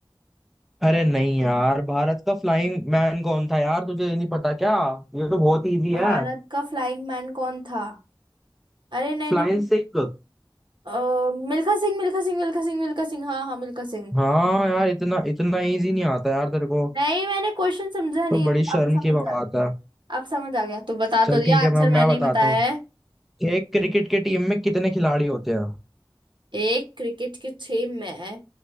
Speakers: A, in the centre; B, on the right (about 65°).
A: अरे नहीं यार भारत का फ्लाइंग मैन कौन था यार तुझे ये नहीं पता क्या ये तो बहुत इजी
B: भारत
A: है
B: का फ्लाइंग मैन कौन था अरे नहीं
A: फ्लाइंग
B: नहीं
A: सिख
B: अ, मिल्खा सिंह मिल्खा सिंह मिल्खा सिंह मिल्खा सिंह हाँ हाँ मिल्खा सिंह
A: हाँ यार इतना इतना इजी नहीं आता यार तेरे को
B: नहीं मैंने क्वेश्चन समझा नहीं
A: तो बड़ी
B: अब
A: शर्म
B: अब समझ
A: की बात
B: आ
A: है
B: अब समझ आ गया तो बता तो
A: चल
B: दिया
A: ठीक है
B: आंसर
A: मैं
B: मैंने
A: मैं बताता
B: ही बताया
A: हूँ एक क्रिकेट के टीम में कितने खिलाड़ी होते हैं
B: एक क्रिकेट की टीम में